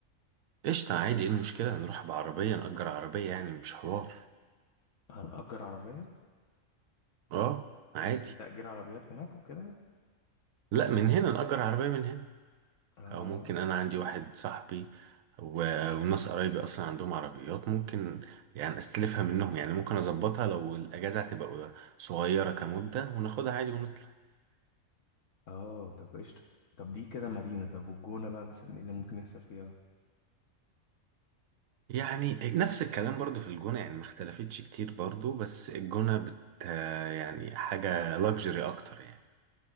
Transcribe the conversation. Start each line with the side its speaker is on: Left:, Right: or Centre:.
Right: قشطة عادي ايه المشكلة نروح بعربية نأجر عربية يعني مش حوار
Left: هنأجر عربية
Right: اه عادي
Left: هي في تأجير عربيات هناك وكده
Right: لا من هنا نأجر عربية من هنا
Left: اه
Right: او ممكن انا عندي واحد صاحبي و- وناس قرايبي اصلا عندهم عربيات ممكن يعني استلفها منهم يعني ممكن اظبطها لو الاجازه هتبقى صغيره كمده وناخدها عادي ونطلع
Left: اه طب قشطة طب دي كده مارينا طب والجونة بقى مثلا ايه اللي ممكن يحصل فيها
Right: يعني نفس الكلام برضو في الجونه يعني ما اختلفتش كتير برضو بس الجونه بت يعني حاجه لاكجري اكتر يعني